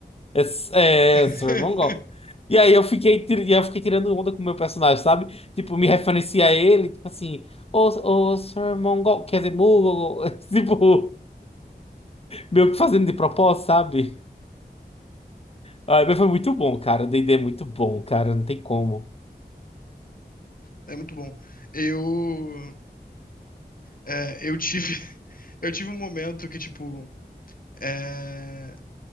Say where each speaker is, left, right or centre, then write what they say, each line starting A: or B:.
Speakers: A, on the left; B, on the left.
A: É, s- é
B: <laughs>
A: Sir Mongol. E aí eu fiquei, tir- e aí eu fiquei tirando onda com o meu personagem, sabe? Tipo, me referencia a ele, tipo assim, ô, ô, Sir Mongol, quer dizer, Mongol, <laughs> tipo. Meio que fazendo de propósito, sabe? Ah, mas foi muito bom, cara. O D&D é muito bom, cara. Não tem como.
B: É muito bom. Eu, é, eu tive, <laughs> eu tive um momento que, tipo, é,